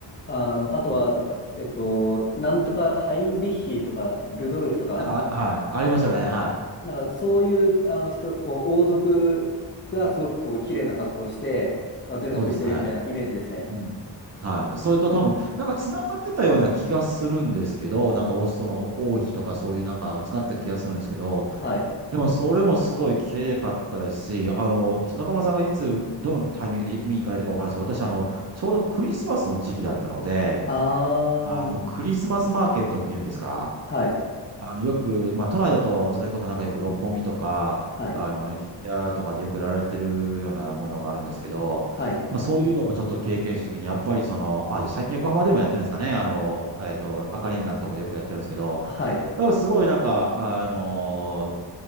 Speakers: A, on the left (about 25°); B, on the right (about 40°).
A: あの、あとは、
B: い。うん
A: なんか、えっと、なんとか、ハインリッヒとか、ルドルフとか、
B: なんか、あはい。ありますよね。は
A: なんか、そういう、あの人、こう、王族がすごく、
B: い。うん。
A: こう、綺麗な格好をして、まあ、贅沢してるみたいなイメージですね。
B: そうです、はい。うん。はい。それと多分、なんか繋がってたような気がするんですけど、なんかオストの王妃とかそういうなんか使ってた気がするんですけど、
A: はい。
B: でもそれもすごい綺麗かったですし、あの、ちょっと中村さんがいつ、どのタイミングでウィーン行かれたかわからないですけど、私、あの、ちょうどクリスマスの時期だったので、
A: ああ
B: あの、クリスマスマーケットっていうんですか
A: はい、
B: あの、よく、まあ、都内だと、それこそなんかよく六本木とか、
A: はい、
B: あの、日比谷とかでよく売られてるようなものがあるんですけど、
A: はい、
B: まあ、そういうのもちょっと経験したときに、やっぱりその、あ、最近横浜でもやってるんですかね、あの、えっと、赤レンガのところでよくやってるんですけど、
A: はい、
B: だからすごいなんか、あの